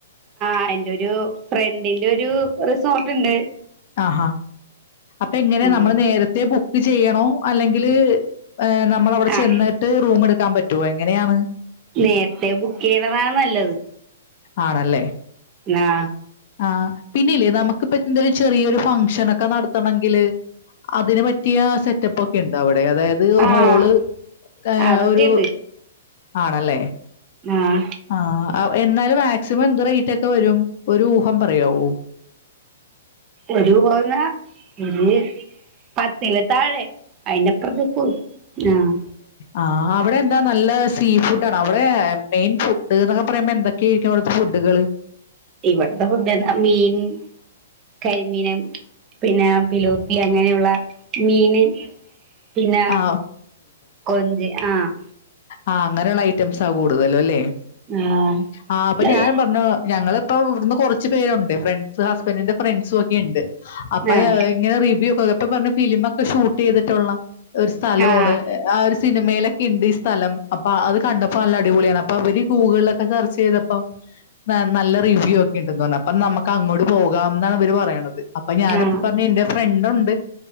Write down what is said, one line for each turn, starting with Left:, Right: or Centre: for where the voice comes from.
Right: അന്റെരു ഫ്രണ്ടിന്റെ ഒരു റിസോർട്ട്ണ്ട്
Left: ആഹാ അപ്പൊ എങ്ങനെ
Right: ആഹ്
Left: നമ്മൾ നേരത്തെ ബുക്ക് ചെയ്യണോ അല്ലെങ്കില് ഏ നമ്മളവിടെ
Right: ആഹ്
Left: ചെന്നിട്ട് റൂം എടുക്കാൻ പറ്റോ എങ്ങനെയാണ്
Right: നേര്ത്തെ ബുക്കയ്യ്ണതാ നല്ലത്
Left: ആണല്ലേ
Right: ന്നാ
Left: ആഹ പിന്നെല്ലേ, നമുക്കിപ്പ എന്തൊരു ഒരു ചെറിയൊരു ഫംഗഷനൊക്കെ നടത്തണെങ്കില് അതിൻ പറ്റിയ സെറ്റപ്പ് ഒക്കെണ്ടോ അവിടെ അതായത് അത്
Right: ആഹ്
Left: ഹോള് ഏഹ്
Right: അതൊക്കെയുണ്ട്
Left: ഒരു ആണല്ലേ
Right: ആഹ്
Left: ആഹ് എന്നാലും മാക്സിമം എന്ത് റേറ്റ് ഒക്കെ വരും ഒരു ഊഹം പറയാവോ
Right: ഒരു പോകുന്ന ഒരു പ ത്തിൻ താഴെ അയിന്റെപ്പർത്ത്ക് വും ആഹ്
Left: ആഹ് അവിടെ എന്താ നല്ല സീ ഫുഡ് ആണോ അവിടെ മെയിൻ ഫുഡ് എന്നൊക്കെ പറയുമ്പോ എന്തൊക്കെയ ആയിരിക്കും അവിടുത്തെ ഫുഡുകള്
Right: ഈവട്ത്തെ ഫുഡന്നെ മീൻ കരിമീനും പിന്ന പിലോപ്പി അങ്ങനെയുള്ള മീന് പിന്നാ
Left: ആ
Right: കൊഞ്ച് ആഹ്
Left: ആഹ് അങ്ങനെയുള്ള ഐറ്റംസ കൂടുതലും ല്ലേ
Right: ആഹ്
Left: ആഹ് അപ്പൊ
Right: അത്
Left: ഞാൻ പറഞ്ഞു ഞങ്ങള് ഇപ്പൊ ഇവിടുന്ന് കൊറച്ച് പേരുണ്ട് ഫ്രണ്ട്സ് ഹസ്ബന്റ് ന്റെ ഫ്രണ്ട്സും ഒക്കെ ഇണ്ട് അപ്പൊ
Right: ആഹ്
Left: ഇങ്ങനെ റിവ്യൂ ഒക്കെ പ്പ പറഞ്ഞു ഫിലിമ ഒക്കെ ഷൂട്ട് ചെയ്തിട്ടുള്ളാ ഒരു സ്ഥലോണ്
Right: ആഹ്
Left: ആഹ് ഒര് സിനിമയിലൊക്കെ ഇണ്ട് സ്ഥലം അപ്പ അത് കണ്ടപ്പോ നല്ല അടിപൊളിയാണ് അപ്പൊ അവര് ഗൂഗിളിലൊക്കെ സെർച്ച് ചെയ്തപ്പോ നല്ല റിവ്യൂ ഒക്കെ ഉണ്ടന്ന്തോന്ന് അപ്പം നമ്മക്ക് അങ്ങോട്ട് പോകാം ന്നാണ് ഇവര് പറയണത് അപ്പൊ ഞാനപ്പ
Right: ആഹ്
Left: പറഞ് എന്റെ ഫ്രണ്ട് ഉണ്ട്